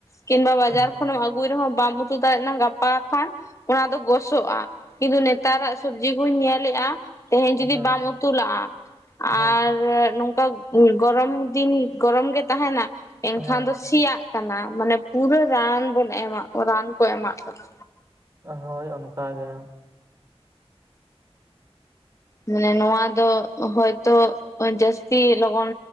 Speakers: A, on the left; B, on the right.
A: ᱠᱤᱢᱵᱟ ᱵᱟᱡᱟᱨ
B: ᱦᱮᱸ
A: ᱠᱷᱚᱱᱮᱢ ᱟᱹᱜᱩᱭ ᱨᱮᱦᱚᱸ ᱵᱟᱢ ᱩᱛᱩ ᱪᱤᱫᱮᱭᱟᱜ ᱱᱟ ᱜᱟᱯᱟ ᱠᱷᱟᱱ ᱚᱱᱟ ᱫᱚ ᱜᱚᱥᱚᱜᱼᱟ ᱠᱤᱱᱛᱩ ᱱᱮᱛᱟᱨᱟᱜ ᱥᱚᱵᱽᱡᱤ ᱠᱩᱧ ᱧᱮᱞᱮᱫᱼᱟ ᱛᱮᱦᱮᱧ
B: ᱦᱮᱸ
A: ᱡᱩᱫᱤ ᱵᱟᱢ ᱩᱛᱩ ᱞᱟᱜᱼᱟ ᱟᱨ
B: ᱦᱮᱸ
A: ᱱᱚᱝᱠᱟ ᱜᱚᱨᱚᱢ ᱫᱤᱱ ᱜᱚᱨᱚᱢ ᱜᱮ ᱛᱟᱦᱮᱱᱟ ᱮᱱᱠᱷᱟᱱ
B: ᱦᱮᱸ
A: ᱫᱚ ᱥᱤᱭᱟᱜᱼᱼ ᱠᱟᱱᱟ ᱢᱟᱱᱮ ᱯᱩᱨᱟᱹ ᱨᱟᱱ ᱵᱚᱱ ᱮᱢᱟᱜ ᱨᱟᱱ ᱠᱚ ᱮᱢᱟᱜ ᱠᱟᱱᱟ᱾
B: ᱦᱳᱭ, ᱚᱱᱠᱟ ᱜᱮ!
A: ᱢᱟᱱᱮ ᱱᱚᱣᱟ ᱫᱚ ᱦᱚᱭᱛᱚ ᱡᱟᱹᱥᱛᱤ ᱞᱚᱜᱚᱱ